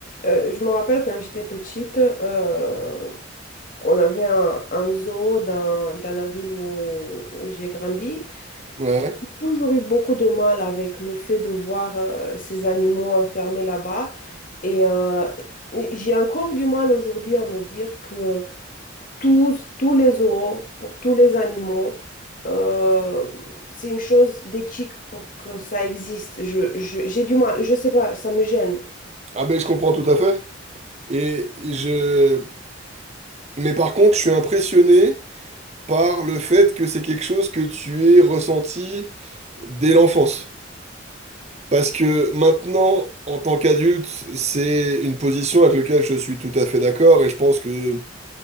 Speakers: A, on the left (about 45°); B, on the right (about 35°).
A: Euh, je me rappelle quand j'étais petite, euh, on avait un, un zoo dans, dans la ville où, où j'ai grandi.
B: Ouais.
A: J'ai toujours eu beaucoup de mal avec le fait de voir euh, ces animaux enfermés là-bas. Et euh, j'ai encore du mal aujourd'hui à me dire que tous, tous les zoos, pour tous les animaux, euh, c'est une chose d'éthique pour que ça existe. Je, je- j'ai du mal, je sais pas, ça me gêne.
B: Ah ben je comprends tout à fait. Et je... Mais par contre, je suis impressionné par le fait que c'est quelque chose que tu aies ressenti dès l'enfance. Parce que maintenant, en tant qu'adulte, c'est une position avec laquelle je suis tout à fait d'accord et je pense que